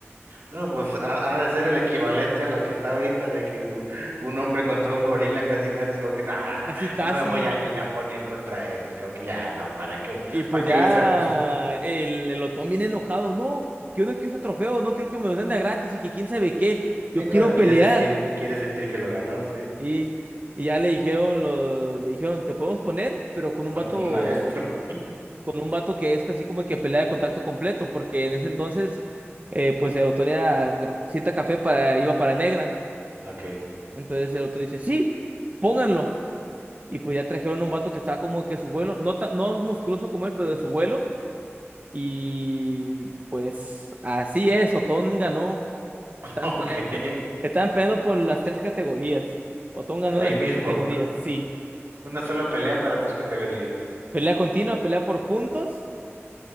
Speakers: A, on the right; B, on the right.
A: No, pues ha, ha de ser el equivalente a lo que está ahorita de que u- un hombre contra un gorila casi casi es como que no, no,
B: <laughs> casi casi.
A: no me voy a ir a poner contra eso. Es como que ya, no, ¿para qué?
B: Y pues
A: ¿Para qué
B: ya
A: le hacemos? <laughs>
B: el, el Otón viene enojado, no, que uno quiere ese trofeo, no quiero que me lo den de a gratis y que quién sabe qué, yo
A: Eh, claro,
B: quiero pelear.
A: quiere sentir, quiere sentir que lo ganó, sí.
B: Y, y ya le dijeron, lo, le dijeron, te podemos poner, pero con un
A: Contra
B: vato,
A: un maestro.
B: con un vato que es casi como que pelea de contacto completo, porque en ese entonces, eh, pues el Otón era cita café para, iba para negra.
A: <laughs> Ok. <laughs>
B: Entonces el Otón dice, sí, pónganlo. Y pues ya trajeron a un vato que estaba como que su vuelo, no, tan- no musculoso como él, pero de su vuelo Y pues así es, Otón ganó. Estaban
A: Ok.
B: peleando, estaban peleando por las tres categorías. Otón ganó
A: Ahí
B: las
A: mismo.
B: tres categorías,
A: <laughs>
B: sí.
A: Una sola pelea para tres categorías.
B: Pelea continua, pelea por puntos.